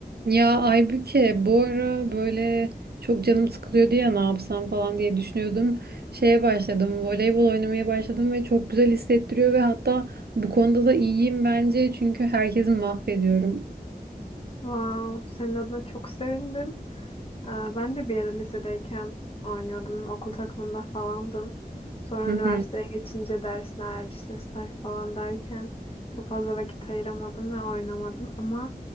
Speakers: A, on the right; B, on the left.
A: Ya Aybüke bu ara böyle çok canım sıkılıyor diye ne yapsam falan diye düşünüyordum. Şeye başladım, voleybol oynamaya başladım ve çok güzel hissettiriyor ve hatta bu konuda da iyiyim bence çünkü herkesi mahvediyorum.
B: Wow, senin adına çok sevindim. Ee, Ben de bir ara lisedeyken oynuyordum. Okul takımında falandım. Sonra
A: <laughs>
B: üniversiteye geçince dersler, işte staj falan derken çok fazla vakit ayıramadım ve oynamadım. Ama